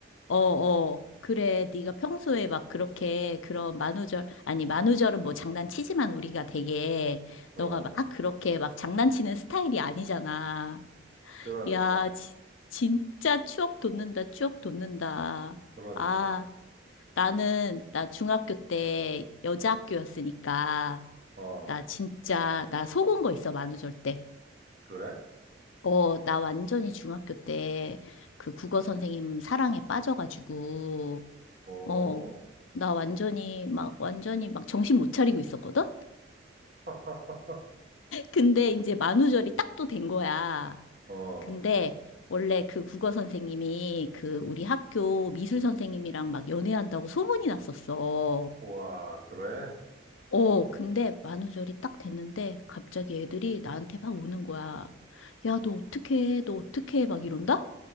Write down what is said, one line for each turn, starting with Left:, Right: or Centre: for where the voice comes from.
Left: 어, 어, 그래, 네가 평소에 막 그렇게 그런 만우절, 아니, 만우절은 뭐 장난치지만 우리가 되게,
Right: 어,
Left: 너가 막 그렇게 막 장난치는 스타일이 아니잖아.
Right: 그러니까,
Left: 야, 지- 진짜 추억 돋는다, 추억 돋는다.
Right: 그러니까.
Left: 아. 나는, 나 중학교 때 여자 학교였으니까,
Right: 어,
Left: 나 진짜, 나 속은 거 있어, 만우절 때.
Right: 그래?
Left: 어, 나 완전히 중학교 때 그 국어 선생님 사랑에 빠져가지고,
Right: 어,
Left: 어, 나 완전히 막, 완전히 막 정신 못 차리고 있었거든?
Right: <laughs>
Left: 근데 이제 만우절이 딱 또 된 거야.
Right: 어,
Left: 근데 원래 그 국어 선생님이 그 우리 학교 미술 선생님이랑 막 연애한다고 소문이 났었어.
Right: 와, 그래?
Left: 어, 근데 만우절이 딱 됐는데 갑자기 애들이 나한테 막 오는 거야. 야, 너 어떻게 해? 너 어떻게 해? 막 이런다?